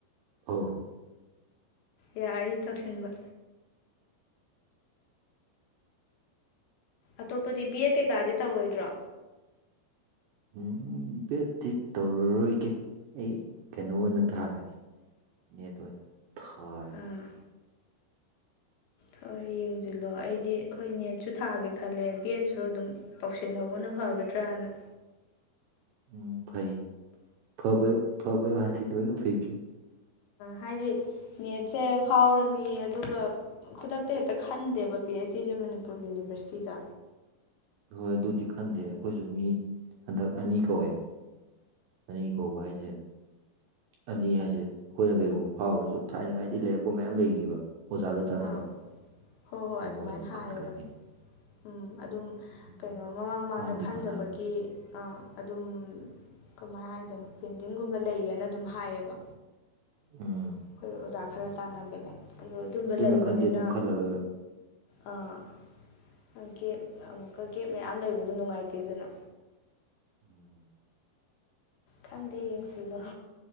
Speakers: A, on the right (about 75°); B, on the left (about 90°).
A: ꯑꯧ
B: ꯌꯥꯏ ꯇꯧꯁꯤꯟꯕ ꯑꯇꯣꯞꯄꯗꯤ ꯕꯤ ꯑꯦꯠ ꯀꯩꯀꯥꯗꯤ ꯇꯧꯔꯣꯏꯗ꯭ꯔꯣ
A: ꯎꯝ ꯕꯦꯠꯇꯤ ꯇꯧꯔꯔꯣꯏꯒꯦ ꯑꯩ ꯀꯩꯅꯣ ꯑꯣꯏꯅ ꯊꯥꯔꯒꯦ ꯅꯦꯠ ꯑꯣꯏꯅ ꯊꯥꯔꯒꯦ
B: ꯑꯥ ꯍꯣꯏ ꯌꯦꯡꯁꯤꯜꯂꯣ ꯑꯩꯗꯤ ꯍꯣꯏ ꯅꯦꯠꯁꯨ ꯊꯥꯒꯦ ꯈꯜꯂꯦ ꯕꯦꯠꯁꯨ ꯑꯗꯨꯝ ꯇꯧꯁꯤꯜꯍꯧꯕꯅ ꯐꯒꯗ꯭ꯔꯥꯅ
A: ꯎꯝ ꯐꯩ ꯌꯦ ꯐꯕꯩ ꯐꯥꯕꯩ ꯋꯥꯗꯤ ꯂꯣꯏꯅꯥ ꯐꯩ ꯀꯩꯅꯣ
B: ꯍꯥꯏꯗꯤ ꯅꯦꯠꯁꯦ ꯐꯥꯎꯔꯅꯤ ꯑꯗꯨꯒ ꯈꯨꯗꯛꯇ ꯍꯦꯛꯇ ꯈꯟꯗꯦꯕ ꯄꯤ ꯑꯩꯆ ꯗꯤꯁꯦ ꯃꯅꯤꯄꯨꯔ ꯌꯨꯅꯤꯕꯔꯁꯤꯇꯤꯗ
A: ꯍꯣꯏ ꯑꯗꯨꯗꯤ ꯈꯟꯗꯦ ꯑꯩꯈꯣꯏꯁꯨ ꯃꯤ ꯍꯟꯗꯛ ꯑꯅꯤ ꯀꯧꯏꯦ ꯑꯅꯤ ꯀꯧꯕ ꯍꯥꯏꯁꯦ ꯑꯅꯤ ꯍꯥꯏꯁꯦ ꯑꯩꯈꯣꯏꯅ ꯀꯔꯤꯒꯨꯝꯕ ꯐꯥꯎꯔꯁꯨ ꯊꯥꯏꯅꯉꯥꯏꯗꯤ ꯂꯩꯔꯛꯄ ꯃꯌꯥꯝ ꯂꯩꯔꯤꯕ ꯑꯣꯖꯥꯒ ꯆꯥꯟꯅꯕ
B: ꯑꯥ ꯍꯣꯏ ꯍꯣꯏ
A: ꯑꯗꯨ
B: ꯑꯗꯨꯃꯥꯏꯅ
A: ꯃꯣꯏ ꯑꯗꯨꯝ
B: ꯍꯥꯏꯌꯦꯕ
A: ꯈꯟꯈ꯭ꯔꯅꯤ
B: ꯎꯝ ꯑꯗꯨꯝ
A: ꯑꯗꯨꯅꯤ
B: ꯀꯩꯅꯣ ꯃꯃꯥꯡ ꯃꯃꯥꯡꯗ
A: ꯀꯥꯟꯗꯤ
B: ꯈꯟꯗꯕꯒꯤ
A: ꯀꯥꯟꯅꯔꯦ
B: ꯑꯥ ꯑꯗꯨꯝ ꯀꯃꯥꯏꯅ ꯍꯥꯏꯗꯣꯏꯅꯣ ꯄꯦꯟꯗꯤꯡꯒꯨꯝꯕ ꯂꯩꯌꯦꯅ ꯑꯗꯨꯝ ꯍꯥꯏꯌꯦꯕ
A: ꯑꯣ
B: ꯑꯩꯈꯣꯏ ꯑꯣꯖꯥ ꯈꯔ ꯇꯥꯅꯕꯗ ꯑꯗꯣ ꯑꯗꯨꯝꯕ
A: ꯑꯗꯨꯅ
B: ꯂꯩꯕꯅꯤꯅ
A: ꯈꯟꯗꯦ ꯑꯗꯨꯝ ꯈꯜꯂꯔꯣꯏ
B: ꯑꯥ ꯀꯦꯞ ꯑꯃꯨꯛꯀ ꯒꯦꯞ ꯃꯌꯥꯝ ꯂꯩꯕꯗꯣ ꯅꯨꯡꯉꯥꯏꯇꯦꯗꯅ
A: ꯎꯝ
B: ꯈꯪꯗꯦ ꯌꯦꯡꯁꯤꯜꯂꯣ